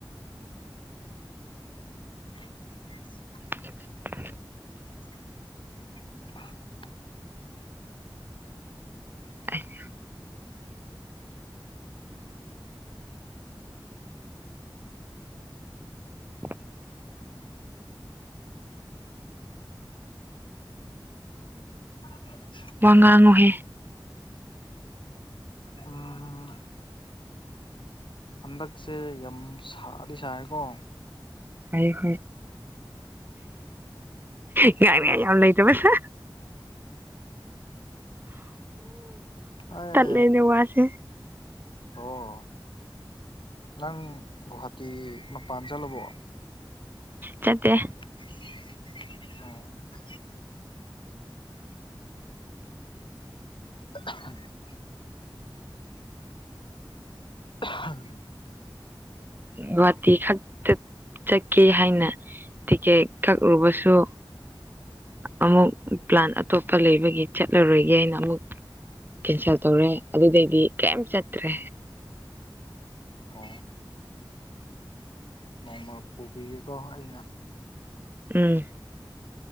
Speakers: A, on the left; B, on the right.
A: <inaudible>
B: <inaudible>
A: <inaudible>
B: <inaudible> <inaudible>
A: <inaudible>
B: ꯋꯥ ꯉꯥꯉꯣꯍꯦ
A: ꯎꯝ ꯍꯟꯗꯛꯁꯦ ꯌꯥꯝ ꯁꯥꯗꯤ ꯁꯥꯌꯦꯀꯣ
B: ꯑꯩ <inaudible> ꯉꯥꯡ ꯅꯉꯥꯏ ꯌꯥꯝ ꯂꯩꯇꯕꯁꯦ
A: ꯑꯥꯏ
B: ꯂꯩꯅ ꯋꯥꯁꯦ
A: ꯑꯣ ꯅꯪ ꯒꯨꯋ꯭ꯍꯥꯇꯤ ꯃꯄꯥꯟ ꯆꯠꯂꯕꯣ
B: ꯆꯠꯇꯦ
A: <inaudible> <inaudible> ꯑꯍꯝ
B: ꯒꯨꯋꯥꯇꯤ ꯈꯛꯇ ꯆꯠꯀꯦ ꯍꯥꯏꯅ ꯇꯤꯀꯦꯠ ꯀꯛꯔꯨꯕꯁꯨ ꯑꯃꯨꯛ ꯄ꯭ꯂꯥꯟ ꯑꯇꯣꯞꯄ ꯂꯩꯕꯒꯤ ꯆꯠꯂꯔꯣꯏꯒꯦ ꯍꯥꯏꯅ ꯑꯃꯨꯛ ꯀꯦꯟꯁꯦꯜ ꯇꯧꯔꯦ ꯑꯗꯨꯗꯩꯗꯤ ꯀꯌꯦꯝ ꯆꯠꯇ꯭ꯔꯦ
A: ꯑꯣ ꯅꯣꯡꯃ ꯄꯨꯕꯤꯒꯦꯀꯣ ꯑꯩꯅ
B: ꯎꯝ